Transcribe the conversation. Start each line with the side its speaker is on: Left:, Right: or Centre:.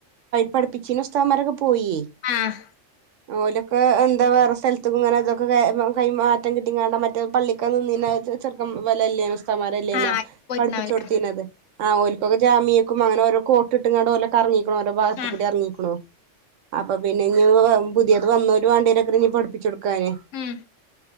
Right: പഠിപ്പിച്ചീ ഉസ്തകന്മാരൊക്കെ പോയിേ
Left: ആഹ്
Right: ഓല ക്ക് എന്താ വേറെ സ്ഥലത്തും ഇങ്ങനെ അതൊക്കെ കൈ കൈമാ അറ്റം കിട്ടിങ്ങാണ്ട് മ പള്ളിക്കാ നിന്നേനെ ചെറുക്ക വലല്ലേ തോ മരല്ലാര്ന്നൊ
Left: ആഹ് പോയിട്ടുണ്ടാവുംല്ലേ
Right: പഠിപ്പിച്ച് കൊടുത്തീത് ആ ഓൽക്കൊക്കെ ജാമ്യ ക്കും അങ്ങന ഓര കോട്ടിട്ടങ്ങാട ഓല കറങ്ങി ഓരോ ഭാഗത്ത്
Left: ആഹ്
Right: കൂടി എറങ്ങിക്കുണോ അപ്പൊ പിന്നെ ഞ്ഞു. പുതിയത് വന്നോരു വാണ്ടിയോരൊക്കീ പഠപ്പിച്ചിടും ക്കാന്
Left: ഉം